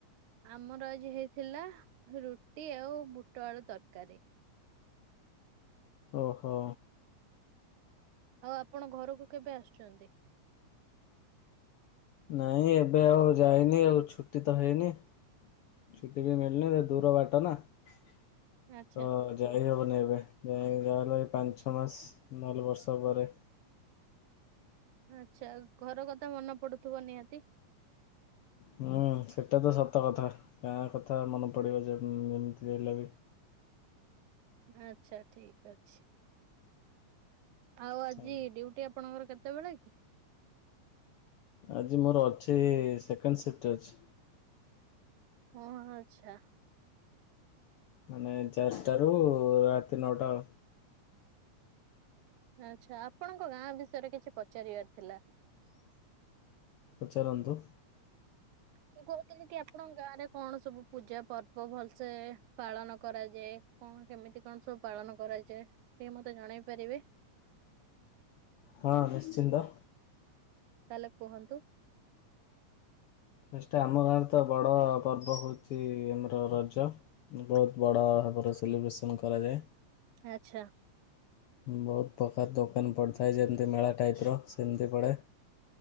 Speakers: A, on the right (about 90°); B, on the left (about 80°).
A: ଆମର ଆଜି ହେଇଥିଲା ରୁଟି ଆଉ ବୁଟ ଆଳୁ ତରକାରୀ।
B: ଓହୋ।
A: ଆଉ ଆପଣ ଘରକୁ କେବେ ଆସୁଛନ୍ତି?
B: ନାଇଁ ଏବେ ଆଉ ଯାଇନି ଆଉ ଛୁଟି ତ ହେଇନି। ଛୁଟି ବି ମିଳନି ଦୂର ବାଟ ନା ତ
A: ଆଚ୍ଛା
B: ଯାଇହବନି ଏବେ। ଯାଇ ଯାହାହେଲେ ପାଞ୍ଚ ଛଅ ମାସ ନହେଲେ ବର୍ଷ ପରେ।
A: ଆଚ୍ଛା ଘର କଥା ମନେ ପଡୁଥିବ ନିହାତି?
B: ହୁଁ ସେଇଟା ତ ସତ କଥା ଗାଁ କଥା ମନେ ପଡ଼ିବ ଯେ ଯେମିତି ହେଲେ ବି।
A: ଆଛା ଠିକ ଅଛି। ଆଉ ଆଜି
B: ଆଜ୍ଞା।
A: ଡ୍ୟୁଟି ଆପଣଙ୍କର କେତେବେଳେ କି?
B: ଆଜି ମୋର ଅଛି ସେକେଣ୍ଡ ସିଫ୍ଟ ଅଛି।
A: ହଁ ଆଚ୍ଛା।
B: ମାନେ ଚାରିଟାରୁ ରାତି ନଅଟା ଆଉ।
A: ଆଛା ଆପଣଙ୍କ ଗାଁ ବିଷୟରେ କିଛି ପଚାରିବାର ଥିଲା।
B: ପଚାରନ୍ତୁ।
A: ମୁଁ କହୁଥିଲି କି ଆପଣଙ୍କ ଗାଁ ରେ କଣ ସବୁ ପୂଜା ପର୍ବ ଭଲସେ ପାଳନ କରାଯାଏ? କଣ କେମିତି କଣ ସବୁ ପାଳନ କରାଯାଏ। ଟିକେ ମତେ ଜଣେଇ ପାରିବେ?
B: ହଁ ନିଶ୍ଚିନ୍ତ।
A: ତାହେଲେ କୁହନ୍ତୁ।
B: ଫାଷ୍ଟ ଆମ ଗାଁ ରେ ତ ବଡ଼ ପର୍ବ ହୋଉଛି ଆମର ରଜ। ବହୁତ ବଡ଼ ଭାବରେ ସେଲିବ୍ରେସନ୍ କରାଯାଏ।
A: ଆଛା।
B: ବହୁତ ପ୍ରକାର ଦୋକାନ ପଡ଼ିଥାଏ ଯେମିତି ମେଳା ଟାଇପ ର ସେମିତି ପଡ଼େ।